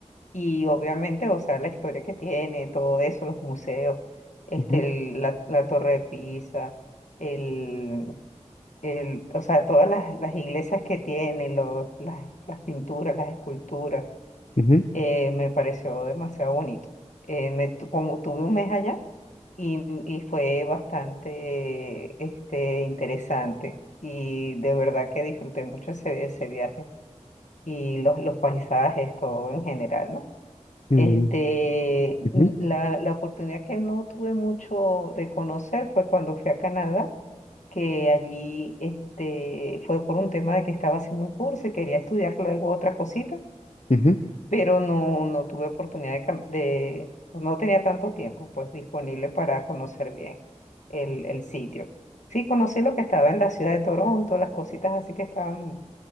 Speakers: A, on the left (about 90°); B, on the left (about 70°).
A: y obviamente, o sea, la historia que tiene, todo eso, los museos, este,
B: ujú,
A: el- la, la Torre de Pisa, el, el, o sea, todas las, las iglesias que tiene, los, las, las pinturas, las esculturas
B: ujú,
A: eh, me pareció demasiado bonito. Eh, me tu- como tuve un mes allá y, y fue bastante este, interesante y de verdad que disfruté mucho ese, ese viaje y los, los paisajes, todo en general, ¿no?
B: ujú,
A: Este,
B: ujú,
A: n- la, la oportunidad que no tuve mucho de conocer fue cuando fui a Canadá, que allí este, fue por un tema de que estaba haciendo un curso y quería estudiar luego otra cosita
B: ujú, ujú,
A: pero no, no tuve oportunidad de, cam- de, pues, no tenía tanto tiempo pues disponible para conocer bien el, el sitio. Sí, conocí lo que estaba en la ciudad de Toronto, las cositas así que estaban